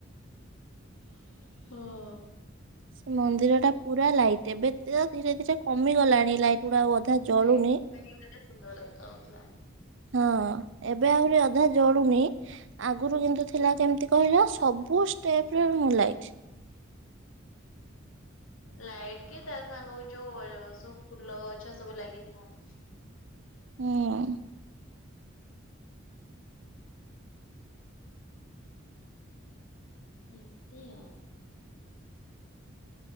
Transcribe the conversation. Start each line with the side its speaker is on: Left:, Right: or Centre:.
Left: <inaudible> ହଁ।
Right: ସେ ମନ୍ଦିର ଟା ପୁରା ଲାଇଟ୍ ଏବେ ଧୀରେ ଧୀରେ କମି ଗଲାଣି। ଲାଇଟ୍ ଗୁଡା ଅଧା ଜଳୁ
Left: <unintelligible> ସୁନ୍ଦର ଦେଖା ହଉଥିଲା।
Right: ହଁ ଏବେ ଆହୁରି ଅଧା ଜଳୁନି ଆଗରୁ କିନ୍ତୁ ଥିଲା କେମତି କହିଲ? ସବୁଷ୍ଟେପ ରେ ନୂଆ ଲାଇଟ। <inaudible>
Left: ଲାଇଟ୍ କି ତା ସାଙ୍ଗ ଯୋଉ ସବୁ ଫୁଲ ଗଛ ସବୁ ଲାଗିଥିବ। <inaudible>
Right: ହୁଁ।
Left: <inaudible> ଏମିତି ଆଉ।